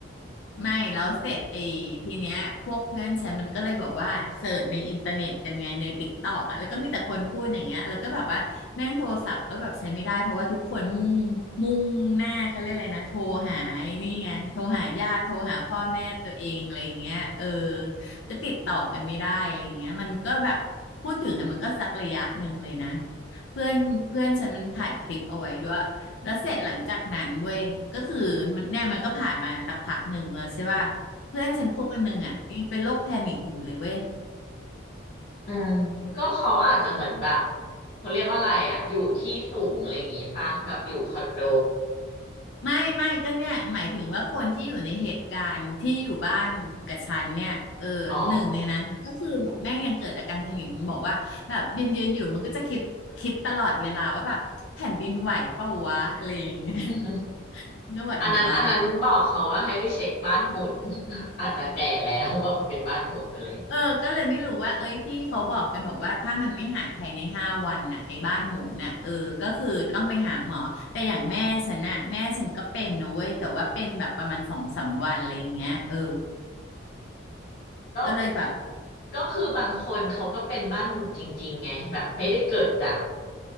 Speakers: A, on the left; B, on the left.
A: ไม่แล้วเสร็จไอ้ทีเนี้ยพวกเพื่อนฉันมันก็เลยบอกว่าเสิร์ชในอินเทอร์เน็ตกันไงในติ๊กตอกอ่ะแล้วก็มีแต่คนพูดอย่างเงี้ยแล้วก็แบบว่าแม่งโทรศัพท์ก็แบบใช้ไม่ได้เพราะว่าทุกคนมุ่งมุ่งหน้าเขาเรียกอะไรนะโทรหาไอ้นี่ไงโทรหาญาติโทรหาพ่อแม่ตัวเองอะไรอย่างเงี้ยเออก็ติดต่อกันไม่ได้อะไรอย่างเงี้ยมันก็แบบพูดถึงอ่ะมันก็สักระยะหนึ่งเลยนะเพื่อนเพื่อนฉันมันถ่ายคลิปเอาไว้ด้วย แล้วเสร็จหลังจากนั้นเว้ยก็คือมันเนี่ยมันก็ผ่านมาสักพักหนึ่งแล้วใช่ป่ะเพื่อนฉันคนหนึ่งอ่ะยังเป็นโรคแพนิคอยู่เลยเว้ย
B: อืมก็เขาอาจจะเหมือนแบบเขาเรียกว่าอะไรอ่ะอยู่ที่สูงอะไรอย่างงี้ปะแบบอยู่คอนโด
A: ไม่ไม่ก็เนี่ยหมายถึงว่าคนที่อยู่ในเหตุการณ์ที่อยู่บ้านกับฉันเนี่ยเออหนึ่งในนั้นก็คือแบบแม่งยังเกิดอาการแพนิคบอกว่าแบบยืนยืนอยู่มันก็จะคิดคิดตลอดเวลาว่าแบบแผ่นดินไหวเปล่าวะอะไรอย่างเงี้ย
B: อ๋อ
A: <laughs>
B: <laughs>
A: ก็บอกอีบ้า
B: อันนั้นอันนั้นบอกเขาว่าให้ไปเช็คบ้านหมุน <laughs> อาจจะแก่แล้วแบบเป็นบ้านหมุนอะไรอย่างงี้
A: เออ ก็เลยไม่รู้ว่า เอ้ยที่เขาบอกกันบอกว่าถ้ามันไม่หายภายในห้าวันน่ะไอ้บ้านหมุนน่ะเออ ก็คือต้องไปหาหมอ แต่อย่างแม่ฉันน่ะแม่ฉันก็เป็นนะเว้ยแต่ว่าเป็นแบบประมาณสองสามวันอะไรอย่างเงี้ยเออ
B: ก็
A: ก็เลยแบบ
B: ก็คือบางคนเขาก็เป็นบ้านหมุนจริงๆไงแบบไม่ได้เกิดจาก